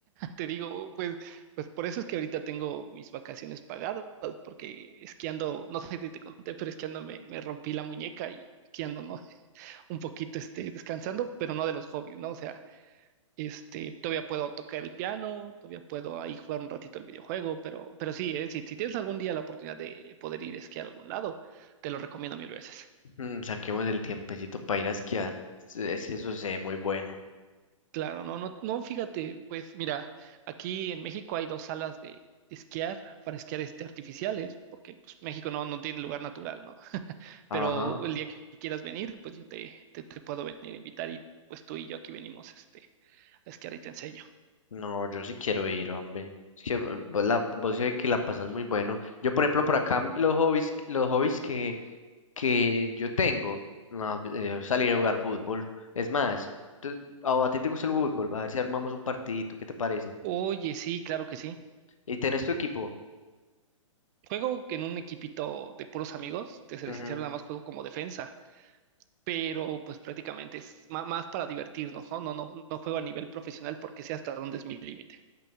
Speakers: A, on the right (about 35°); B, on the left (about 75°).
A: te digo, pues, pues por eso es que ahorita tengo mis vacaciones pagadas, porque esquiando, no sé si te conté, pero esquiando me, me rompí la muñeca y aquí ando, ¿no? <laughs> Un poquito, este, descansando, pero no de los hobbies, ¿no? O sea, este, todavía puedo tocar el piano, todavía puedo ahí jugar un ratito el videojuego, pero, pero sí, ¿eh? Si, si tienes algún día la oportunidad de poder ir a esquiar a algún lado, te lo recomiendo mil veces.
B: Mm, saquemos el tiempecito para ir a esquiar, es que eso se ve muy bueno.
A: Claro, no, no, no, fíjate, pues mira, aquí en México hay dos salas de, esquiar para esquiar este, artificiales, porque pues México no, no tiene lugar natural, ¿no?
B: Ajá.
A: Pero el día que quieras venir, pues yo te, te, te puedo venir a invitar y pues tú y yo aquí venimos este, a esquiar y te enseño.
B: No, yo sí quiero ir, hombre. Es que vo- vos, la, vos sé que la pasas muy bueno. Yo, por ejemplo, por acá los hobbies, los hobbies que, que yo tengo, no, eh, salir a jugar fútbol. Es más, tú- a, a ti te gusta el fútbol, a ver si armamos un partidito, ¿qué te parece?
A: Oye, sí, claro que sí.
B: ¿Y tenés tu equipo?
A: Juego en un equipito de puros amigos, te seré
B: Ujú.
A: sincero, nada más juego como defensa, pero pues prácticamente es ma- más para divertirnos, ¿no? No, no, no juego a nivel profesional porque sé hasta dónde es mi límite.